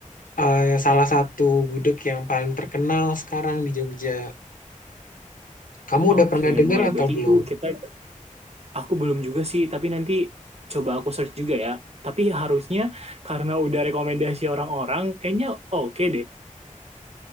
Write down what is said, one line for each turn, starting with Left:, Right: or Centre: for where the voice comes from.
Left: eh, salah satu gudeg yang paling terkenal sekarang di Jogja. Kamu
Right: Oke,
Left: udah pernah dengar
Right: boleh.
Left: atau
Right: Berarti
Left: belum?
Right: itu kita Aku belum juga sih, tapi nanti coba aku search juga ya. Tapi harusnya karena udah rekomendasi orang-orang, kayaknya oke deh.